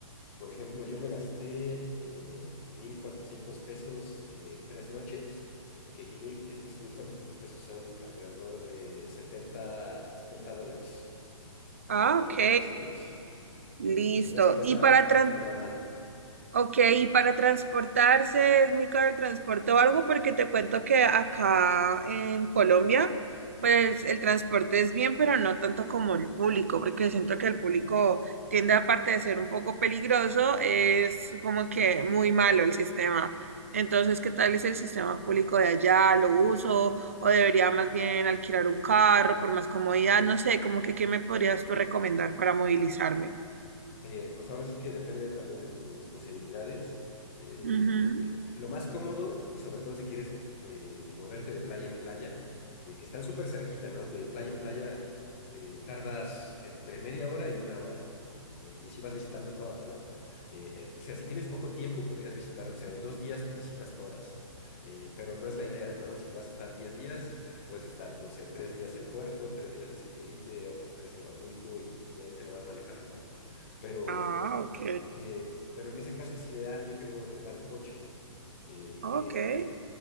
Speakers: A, on the left (about 25°); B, on the right (about 25°).
A: por ejemplo, yo me gasté eh, 1.400 pesos eh, en tres noches, que, y mil, estos 1.400 pesos son alrededor de setenta setenta dólares, setenta
B: Ah, ok.
A: dólares más o menos. Eh,
B: Listo.
A: la verdad es que no está,
B: ¿Y para, tran-
A: no está nada mal.
B: Ok, y para transportarse es muy caro el transporte o algo, porque te cuento que acá en Colombia, pues el transporte es bien, pero no tanto como el público, porque siento que el público tiende, aparte de ser un poco peligroso, es como que muy malo el sistema. Entonces, ¿qué tal es el sistema público de allá? ¿Lo uso? ¿O debería más bien alquilar un carro por más comodidad? No sé, como que ¿qué me podrías tú recomendar para movilizarme?
A: eh, pues ahora sí que depende también de tus posibilidades. Eh,
B: Ujú.
A: lo más cómodo, y sobre todo si quieres eh, moverte de playa en playa, eh, que están súper cerquita, ¿no? De playa en playa eh, tardas entre media hora y una hora. eh, y así vas visitando todas, ¿no? Eh, eh, o sea, si tienes poco tiempo, podrías visitar, o sea, en dos días visitas todas. eh, pero no es la idea, ¿no? Si vas a estar 10 días, puedes estar, no sé, tres días en Puerto, tres días en Cipolite, otros tres en Huatulco y, y ahí te lo vas manejando, ¿no? Pero,
B: Ah, ok.
A: eh, pero en ese caso es ideal, yo creo, rentar un coche, eh,
B: Okay,
A: que, la-